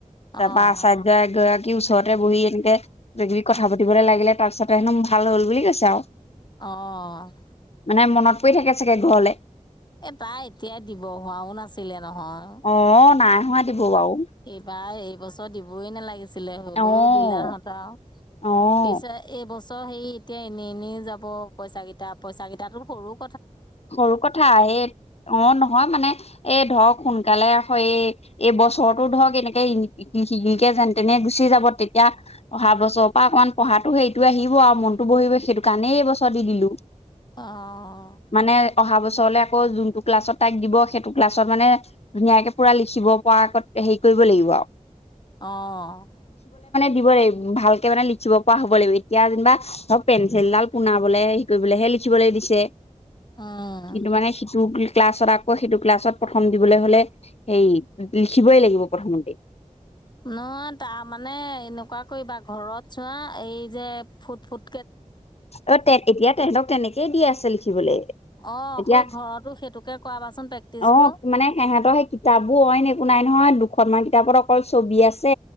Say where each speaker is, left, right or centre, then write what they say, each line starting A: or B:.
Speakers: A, on the left; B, on the left.
A: ত
B: অঁ
A: পছাত গ গ <unintelligible> কি ওচৰতে বহি এনেকে কিবি কথা পাতিবলৈ লাগিলে তাৰ পিছতে হেনো ভাল হল বুলি কৈছে আৰু।
B: অ'।
A: মানে মনত পৰি থাকে চাগে ঘৰলৈ
B: এ তাই এতিয়াই দিব হোৱাও নাছিলে। নহয়
A: অ', নাই দিব হোৱা। বাৰু।
B: এইবাৰ এইবছৰ দিবই নালাগিছে। আছিলে হলো
A: অ'।
B: দিলাহঁতৰ
A: অ'।
B: পিছেত এই বছৰ হেৰি এতিয়া এনেই এনেই যাব পইচাকেইটা পইচাকেইটা সৰুক
A: সৰু কথা আহে অ', নহয় মানে এ ধৰক সোনকালে হয় এই বছৰতো ধৰক এনেকে শিকে যেন তেনে গুচি যাব তেতিয়া তাৰ বছৰৰ পৰা অকণমান পঢ়া হেৰিটো আহিব আৰু মনো বহিব সেইটো কাৰণেই এই বছৰ দি দিলো
B: অ'।
A: মানে অহা ব ওচৰলে আকৌ যোনটো ক্লাছত তাইক দিব সেইটো ক্লাছত মানে ধুনে পুৰা লিখিব পৰা হ ৱলিৱা <unintelligible>
B: অ'।
A: দিব লাগিব ভালকে মানে লিখিব পৰা হ'ব লাগিব এতিয়া যেনিবা ধৰক পেঞ্চিলডাল পুনাবলে হেৰি কৰিবলৈেই দেখিবলৈ দিছে
B: উম।
A: কিন্তু মানে সিটো ক্লাছত আকৌ সেইটো ক্লাছত প্ৰথম দিবলৈ হ'লে হেই লিখিবই লাগিব প্ৰথমতেই।
B: নহ তাৰ মানে এনেকুৱা কৰিবা ঘৰত চোৱা এই যে ফুট ফুট
A: অ', তে এতিয়া তেহতক তেনেকেই দি আছে লিখিবলৈ
B: অ',
A: এতিয়া
B: সেই ঘৰতো সেইটোকে কৰাবাচোন প্ৰেক্টিচটো।
A: অ', মানে সহঁতৰ সেই কিতাপবোৰ অইন একো নাই নহয় দু দুখনমানান কিতাপত অকল ছবি আছে